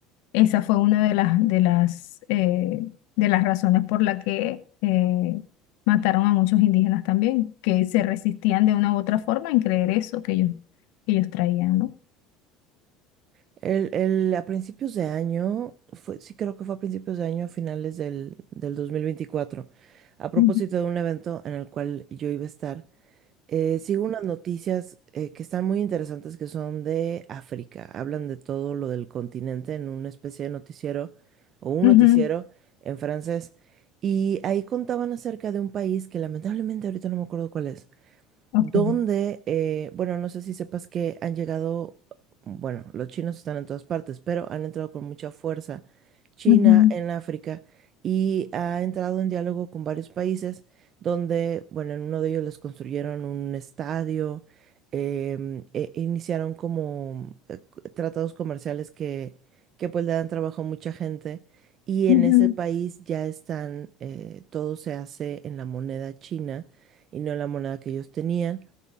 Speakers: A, on the left (about 75°); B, on the right (about 45°).
A: esa fue una de las, de las, eh, de las razones por la que eh, mataron a muchos indígenas también, que se resistían de una u otra forma en creer eso que ellos, que ellos traían, no
B: El, el- a principios de año, fue, sí creo que fue a principios de año, a finales del, del 2024, a propósito
A: Ujú,
B: de un evento en el cual yo iba a estar, eh, sigo unas noticias eh, que están muy interesantes que son de África. Hablan de todo lo del continente en una especie de noticiero o un
A: ujú,
B: noticiero
A: ujú,
B: en francés. Y ahí contaban acerca de un país que lamentablemente ahorita no me acuerdo cuál es
A: ok.
B: donde, eh, bueno, no sé si sepas que han llegado, bueno, los chinos están en todas partes, pero han entrado con mucha fuerza China
A: Ujú,
B: en África y ha entrado en diálogo con varios países donde, bueno, en uno de ellos les construyeron un estadio, em, e- iniciaron como eh, c- tratados comerciales que, que pues le dan trabajo a mucha gente. Y en
A: ujú.
B: ese país ya están, eh, todo se hace en la moneda china y no en la moneda que ellos tenían.